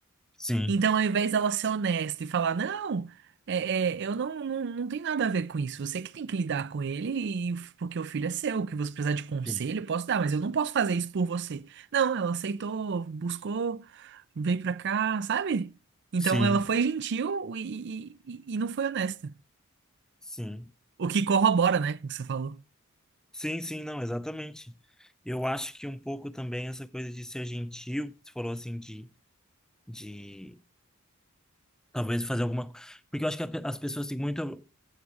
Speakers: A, in the centre; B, on the right (about 55°).
A: sim,
B: Então, ao invés dela ser honesta e falar, não, é, é, eu não, não, não tem nada a ver com isso. Você que tem que lidar com ele, e, o- porque o filho é seu. O que você precisar de conselho,
A: sim,
B: eu posso dar, mas eu não posso fazer isso por você. Não, ela aceitou, buscou veio pra cá, sabe? Então
A: sim,
B: ela foi gentil e, e, e- não foi honesta.
A: sim,
B: O que corrobora, né, com o que você falou.
A: sim, sim, não, exatamente. Eu acho que um pouco também essa coisa de ser gentil, que você falou assim, de, de talvez fazer alguma. Porque eu acho que a pe- as pessoas têm muito.